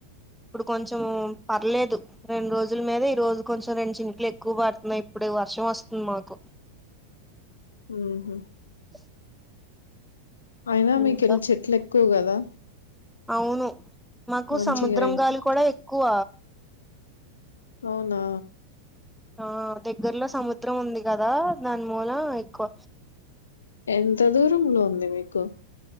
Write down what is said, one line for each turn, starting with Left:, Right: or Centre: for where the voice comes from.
Centre: ఇప్పుడు కొంచెం పర్లేదు రెండు రోజుల మీద ఈ రోజు కొంచెం రెండు చింకులు ఎక్కువ పడుతున్నాయి ఇప్పుడు వర్షం వస్తుంది మాకు
Left: ఊహు
Centre: <unintelligible>
Left: అయినా మీకెళ్
Centre: ఇంకా
Left: చెట్లెక్కువ కదా?
Centre: అవును మాకు
Left: మంచిగా
Centre: సముద్రం
Left: ఇన్-
Centre: గాలి కూడా ఎక్కువ
Left: అవునా
Centre: ఆ దెగ్గరలో సముద్రం ఉంది కదా దాని మూల ఎక్కువ
Left: ఎంత దూరంలో ఉంది మీకు?